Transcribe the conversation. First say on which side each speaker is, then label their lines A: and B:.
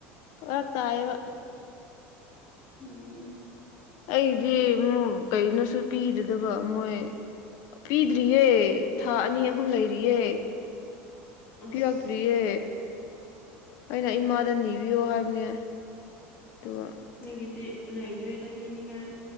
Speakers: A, on the left; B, on the left.
A: <unintelligible> ꯇꯥꯏꯌꯦꯕ
B: ꯎꯝ
A: ꯑꯩꯗꯤ ꯃꯨꯝ ꯀꯩꯅꯣꯁꯨ ꯄꯤꯗꯗꯕ ꯃꯣꯏ ꯄꯤꯗ꯭ꯔꯤꯌꯦ ꯊꯥ ꯑꯅꯤ ꯑꯍꯨꯝ ꯂꯩꯔꯤꯌꯦ
B: ꯑꯁ
A: ꯄꯤꯔꯛꯇ꯭ꯔꯤ ꯌꯦ ꯑꯩꯅ ꯏꯃꯥꯗ ꯅꯤꯕꯤꯌꯣ ꯍꯥꯏꯕꯅꯦ ꯗꯨꯒ
B: ꯃꯤꯒꯤꯗꯤ ꯂꯩꯗ꯭ꯔꯦꯗ ꯄꯤꯅꯤꯡꯉꯥꯏ